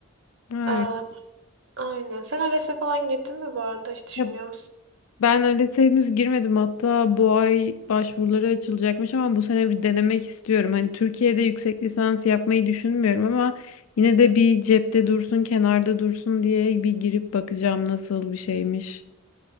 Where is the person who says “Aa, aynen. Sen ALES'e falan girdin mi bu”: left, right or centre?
Right